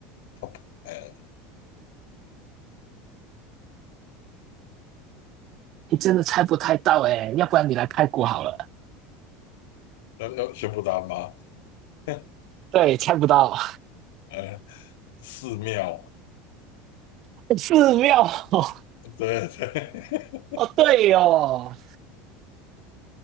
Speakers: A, on the left; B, on the right.
A: 它不，嗯、
B: 你真的猜不太到哎、要不然你来泰国好了。
A: 要要宣布答案吗？<laughs>
B: 对，猜不到。
A: 嗯、寺庙，
B: <laughs> 寺庙哦，
A: 对对
B: 哦对哦，